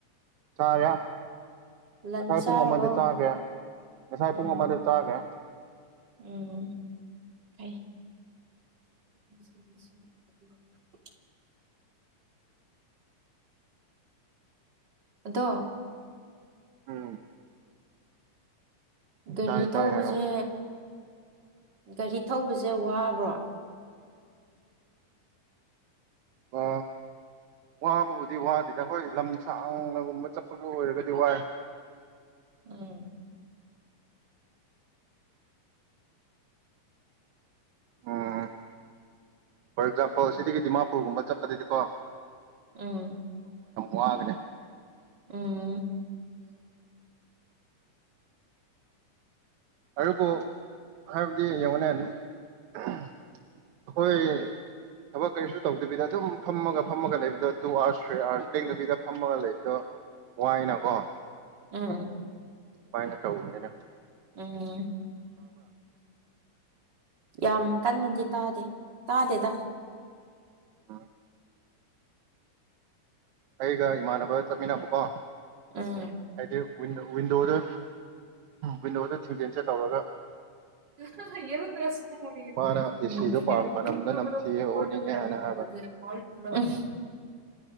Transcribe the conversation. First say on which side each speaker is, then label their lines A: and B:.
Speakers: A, on the right; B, on the right.
A: ꯇꯔꯦ
B: ꯂꯟꯁ
A: ꯉꯁꯥꯏ
B: ꯆꯥꯔꯕꯣ
A: ꯄꯨꯡ ꯑꯃꯗ ꯆꯥꯈ꯭ꯔꯦ ꯉꯁꯥꯏ
B: ꯎꯝ
A: ꯄꯨꯡ ꯑꯃꯗ ꯆꯥꯈ꯭ꯔꯦ
B: ꯎꯝ ꯐ ꯎꯝ ꯗꯣ
A: ꯎꯝ
B: ꯒꯥꯔꯤ
A: ꯇꯥꯏ ꯇꯥꯏ
B: ꯊꯧꯕꯁꯦ
A: ꯍꯥꯏꯔꯛꯑꯣ
B: ꯒꯥꯔꯤ ꯊꯧꯕꯁꯦ ꯋꯥꯕ꯭ꯔꯣ
A: ꯑ ꯋꯥꯕꯕꯨꯗꯤ ꯋꯥꯗꯦꯗ ꯑꯩꯈꯣꯏ ꯂꯝ ꯁꯥꯡꯅꯒꯨꯝꯕ ꯆꯠꯄꯒ ꯑꯣꯏꯔꯒꯗꯤ ꯋꯥꯏ
B: ꯎꯝ
A: ꯎꯝ ꯐꯣꯔ ꯑꯦꯛꯖꯥꯝꯄꯜ ꯁꯤꯗꯒꯤ ꯗꯤꯃꯥꯄꯨꯔꯒꯨꯝꯕ ꯆꯠꯄꯗꯗꯤꯀꯣ
B: ꯎꯝ
A: ꯋꯥꯒꯅꯦ
B: ꯎꯝ
A: ꯑꯗꯨꯕꯨ ꯍꯥꯏꯕꯗꯤ ꯌꯦꯡꯉꯣꯅꯦ ꯑꯩꯈꯣꯏ ꯊꯕꯛ ꯀꯔꯤꯁꯨ ꯇꯧꯗꯕꯤꯗ ꯑꯗꯨꯝ ꯐꯝꯃꯒ ꯐꯝꯃꯒ ꯂꯩꯕꯗꯣ ꯇꯨ ꯑꯥꯋꯥꯔꯁ ꯊ꯭ꯔꯤ ꯑꯥꯋꯥꯔꯁ ꯂꯦꯡꯗꯕꯤꯗ ꯐꯝꯃꯒ ꯂꯩꯕꯗꯣ ꯋꯥꯏꯅꯀꯣ
B: ꯎꯝ
A: ꯐꯥꯏꯅ ꯇꯧꯗꯅ
B: ꯎꯝ ꯌꯥꯝ ꯀꯟꯅꯗꯤ ꯇꯥꯗꯦ ꯇꯥꯗꯦꯗ
A: ꯎꯝ ꯑꯩꯒ ꯏꯃꯥꯟꯅꯕꯒ ꯆꯠꯃꯤꯟꯅꯕꯀꯣ
B: ꯎꯝ
A: ꯍꯥꯏꯗꯤꯋꯤꯟ ꯋꯤꯟꯗꯣꯗ ꯋꯤꯟꯗꯣꯗ ꯊꯤꯟꯖꯤꯤꯟꯆ ꯇꯧꯔꯒ
B: ꯌꯦ ꯀꯁ ꯭ꯔꯨꯨꯞ
A: ꯃꯥꯅ ꯑꯦꯁꯤꯗꯣ
B: ꯂ
A: ꯄꯥꯝ ꯃꯅꯝꯗ ꯅꯝꯊꯤꯌꯦ
B: ꯀꯇ
A: ꯑꯣꯅꯤꯡꯉꯦ ꯍꯥꯏꯅ
B: ꯑꯣꯏ
A: ꯍꯥꯏꯕ
B: ꯐꯥꯜ